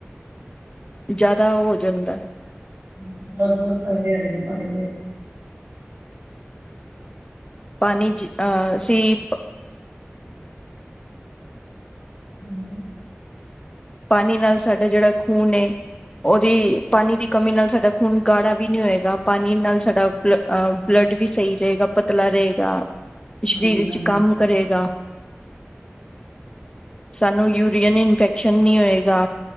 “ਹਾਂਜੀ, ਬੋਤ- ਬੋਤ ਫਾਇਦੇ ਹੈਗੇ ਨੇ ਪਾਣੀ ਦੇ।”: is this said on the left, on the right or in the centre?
Right